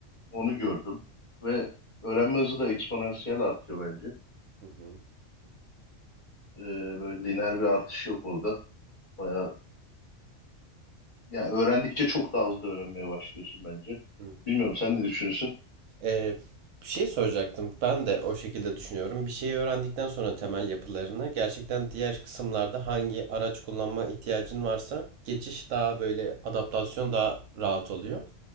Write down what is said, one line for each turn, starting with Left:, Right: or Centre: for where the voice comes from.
Left: Onu
Right: Hı
Left: gördüm ve öğrenme hızı da eksponansiyel artıyor bence.
Right: hı.
Left: Ee, böyle lineer bir artış yok orada. Bayağı yani öğrendikçe çok daha hızlı öğrenmeye başlıyorsun bence.
Right: Hı.
Left: Bilmiyorum sen ne düşünüyorsun?
Right: Ee, bir şey soracaktım. Ben de o şekilde düşünüyorum. Bir şeyi öğrendikten sonra
Left: Hı hı.
Right: temel yapılarını gerçekten diğer kısımlarda hangi araç kullanma ihtiyacın varsa geçiş daha böyle adaptasyon daha rahat oluyor.